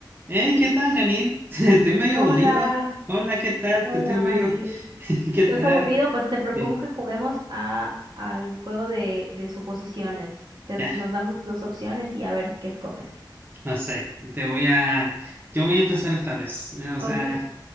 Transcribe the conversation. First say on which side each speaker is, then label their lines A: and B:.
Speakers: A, on the right; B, on the right.
A: Hey, ¿qué tal, Janine? <laughs> Estoy medio
B: Hola,
A: aburrido. Hola, ¿qué tal?
B: hola
A: Te estoy medio.
B: Mati.
A: <laughs> ¿Qué tal?
B: ¿Estás aburrido? Pues te propongo
A: Sí,
B: que juguemos a, al juego de, de suposiciones. Te-
A: ya,
B: nos damos dos opciones y a ver qué escoges.
A: no sé. Te voy a. Yo voy a empezar esta vez. Eh, O sea,
B: Ok,